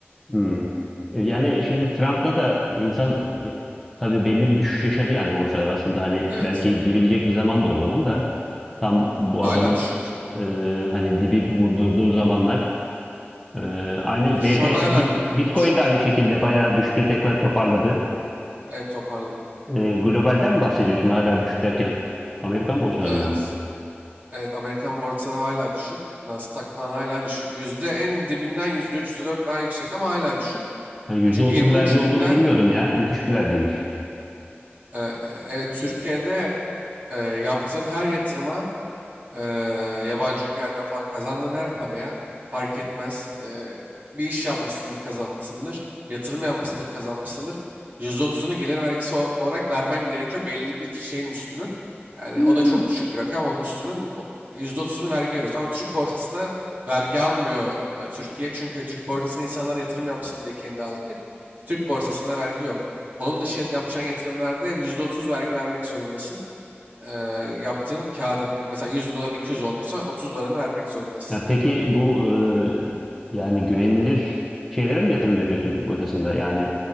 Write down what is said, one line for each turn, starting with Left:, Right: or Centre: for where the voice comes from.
Centre: Hmm. E, Yani şimdi Trump'la da insan e, tabii belli bir düşüş yaşadı yani borsalar aslında hani
Right: Evet.
Centre: belki gibilecek bir zaman da o zaman da tam bu
Right: Hala
Centre: adamın
Right: düşük.
Centre: e, hani dibi vurdurduğu zamanlar E, aynı
Right: E, Şu
Centre: BT,
Right: an hala
Centre: Bit-
Right: e,
Centre: Bitcoin
Right: düşük.
Centre: de aynı şekilde bayağı düştü tekrar toparladı.
Right: Evet toparladı.
Centre: E, globalden mi bahsediyorsun hala düşük derken? Amerikan borsalarından
Right: Evet.
Centre: mı?
Right: Evet Amerikan borsaları hala düşük. Nasdaq falan hala düşük. Yüzde en dibinden yüzde üç, yüzde dört daha yüksek ama hala düşük.
Centre: Yani yüzde
Right: E Çünkü
Centre: otuz
Right: 23
Centre: vergi
Right: binden
Centre: olduğunu bilmiyordum ya. Müthiş bir vergiymiş.
Right: e, e, evet Türkiye'de e, yaptığın her yatırıma Eee, yabancı ülkelerden falan kazandığın her paraya fark etmez. Eee, bir iş yapmışsındır, kazanmışsındır. Yatırım yapmışsındır, kazanmışsındır. %30'unu gelir vergisi ol- olarak vermen gerekiyor belli bir şeyin üstünün. Yani
Centre: Hmm.
Right: o da çok düşük bir rakam. Onun üstünün o- %30'unu vergi veriyorsun. Ama Türk borsasına vergi almıyor e, Türkiye. Çünkü Türk borsasına insanlar yatırım yapsın diye kendi halkı. Türk borsasında vergi yok. Onun dışı yapacağın yatırımlarda %30 vergi vermek zorundasın e, yaptığın karın. Mesela 100 doların 200 olduysa 30 dolarını vermek zorundasın.
Centre: Ya peki bu eee, yani güvenilir şeylere mi yatırım yapıyorsun Türk borsasında? Yani